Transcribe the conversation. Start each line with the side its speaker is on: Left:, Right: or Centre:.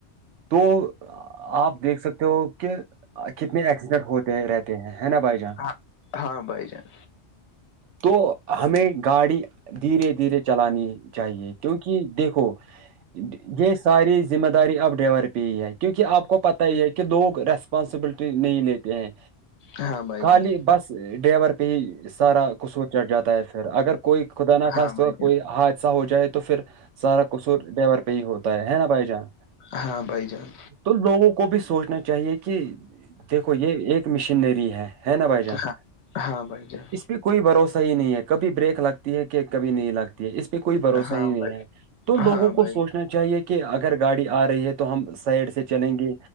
Right: تو آپ دیکھ سکتے ہو کہ کتنے ایکسیڈنٹ ہوتے رہتے ہیں ہے نا بھائی جان
Left: ہاں ہاں بھائی جان
Right: تو ہمیں گاڑی دھیرے دھیرے چلانی چاہیے کیونکہ دیکھو یہ ساری ذمہ داری اب ڈرائیور پہ ہی ہے کیونکہ آپ کو پت ہی ہے کہ لوگ ریسپانسبلٹی نہیں لیتے ہیں
Left: ہاں بھائی
Right: خالی
Left: جان
Right: بس ڈائیور پہ ہی سارا قصور چڑھ جاتا ہے پھر اگر کوئی خدا ن خا
Left: ہاں بھائی جان
Right: کوئی ہاتھ ایسا ہو جائے تو پھر سارا کصور ڈیور پہ ہی ہوتا ہے نا بھائی جان
Left: ہاں بھائی جان
Right: تو لوگوں کو بھی سوچنا چاہیے کہ دیکھو یہ ایک مشینری ہے ہے نا بھائی جان
Left: ہاں ہاں بھائی جان
Right: اس کی کوئی بھروسہ ہی نہیں ہے کبھی بریک لگتی ہے کہ کبھی نہیں لگتی ہے اس پہ کوئی بھروسہ
Left: ہاں
Right: ہی نہیں
Left: بھائی
Right: ہے تو لوگوں
Left: ہاں
Right: کو
Left: بھائی
Right: سوچنا چاہیے کہ اگر گاڑی آ رہی ہے تو ہم سائڈ سے چلیں گے